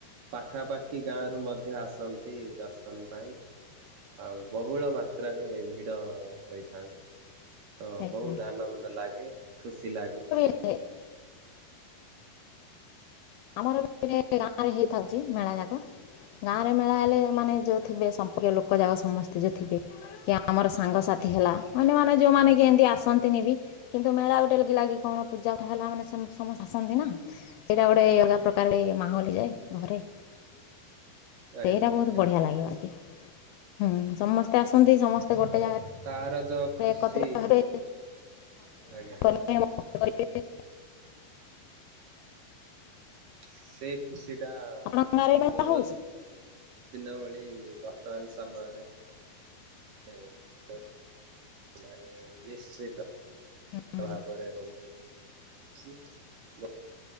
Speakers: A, on the right; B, on the left.
A: ପାଖାପାଖି ଗାଁ ରୁ ମଧ୍ୟ ଆସନ୍ତି ଦର୍ଶନ ପାଇଁ। ଆଉ ବହୁଳ ମାତ୍ରାରେ ଭିଡ ହୋଇଥାନ୍ତି। ତ
B: ହେଇଥାଏ
A: ବହୁତ ଆନନ୍ଦ ଲାଗେ ଖୁସି ଲାଗେ।
B: <inaudible> ଆମର ଗାଁ ରେ ହେଇଥାଉଛି ମେଳା ଯାକ। ଗାଁରେ ମେଳା ହେଲେ ମାନେ ଯେଉଁ ଥିବେ ସମ୍ପର୍କୀୟ ଲୋକ ଯାକ ସମସ୍ତେ ଯେଉଁ ଥିବେ। କି ଆମର ସାଙ୍ଗସାଥି ହେଲା ଅନ୍ୟମାନେ ଯୋଉମାନେ କି ଏମିତି ଆସ ହନ୍ତିନି ବି କିନ୍ତୁ ମେଳା ଗୋଟେ ଲ ଲାଗି କଣ ପୂଜା ଉଠା ହେଲା ମାନେ ସମସ୍ତେ ଆସନ୍ତି ନା। ସେଇଟା ଅଲଗା ପ୍ରକାର ମାହଲିଯାଏ ଘରେ।
A: ଆଜ୍ଞା
B: ସେଇଟା
A: ଆଜ୍ଞା
B: ବହୁତ ବଢିଆ
A: ଆଜ୍ଞା
B: ଲାଗେ ହୁଁ ସମସ୍ତେ ଆସନ୍ତି ସମସ୍ତେ ଗୋଟେ
A: ତ
B: ଜାଗାରେ
A: ତାର ଯୋଉ ଖୁସି
B: ଏକତ୍ରିତ ଭାବେ
A: ଆଜ୍ଞା
B: <unintelligible> <unintelligible>
A: ସେଇ ଖୁସି ଟା
B: ଆପଣଙ୍କ ଗାଁରେ ମେଳା
A: ପୂର୍ବ
B: ହଉଛି
A: ଦିନ ଭଳି ବର୍ତମାନ ସମୟରେ <inaudible> ନାହିଁ ନିଶ୍ଚିତ
B: ହୁଁ
A: ଭାବରେ ହଉ। <inaudible>